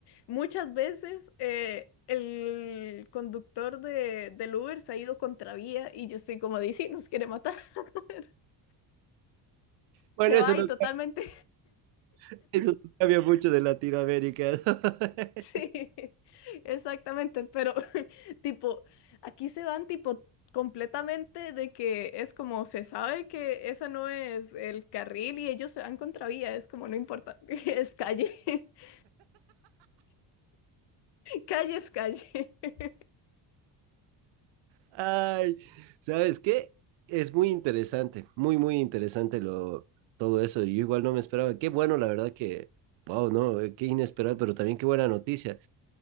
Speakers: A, on the left; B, on the right.
A: muchas veces eh, el conductor de, del Uber se ha ido contravía y yo estoy como, dice, nos quiere matar. <laughs>
B: Bueno,
A: Se
B: eso
A: va
B: no,
A: y totalmente
B: <laughs> eso no cambia mucho de Latinoamérica. <laughs>
A: Sí, <laughs> exactamente, pero <laughs> tipo, aquí se van tipo completamente de que es como se sabe que esa no es el carril y ellos se van contravía, es como no importa, <laughs> es calle, <laughs> calle es calle. <laughs>
B: Ay, ¿sabes qué? Es muy interesante, muy, muy interesante lo, todo eso. Yo igual no me esperaba. Qué bueno, la verdad que, wow, no, eh, qué inesperado, pero también qué buena noticia.